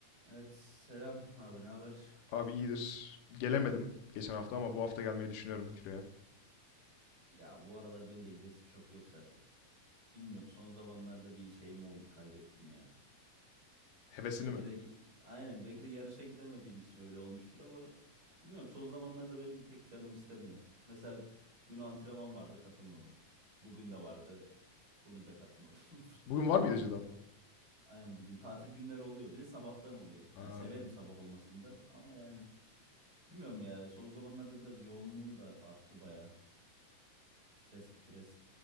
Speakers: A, on the right; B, on the left.
A: Evet selam abi ne haber?
B: Abi iyidir. Gelemedim geçen hafta ama bu hafta gelmeyi düşünüyorum küreye.
A: Ya bu aralar benim de gidesim çok yok zaten. Bilmiyorum son zamanlarda bir şeyim oldu kaybettim ya.
B: Hevesini
A: Belki
B: mi?
A: de aynen belki de yarışa gidemediğim için öyle olmuştur ama bilmiyorum son zamanlarda benim pek canım istemiyor. Mesela dün antrenman vardı katılmadım. Bugün de vardı. Bugün de katılmadım. <laughs>
B: Bugün var mıydı cidden?
A: Aynen bugün tatil günleri oluyor. Bir de sabahtan oluyor.
B: Ha.
A: Yani severim sabah olmasını da ama yani bilmiyorum ya son zamanlarda biraz yoğunluğum da arttı baya. Stres stres.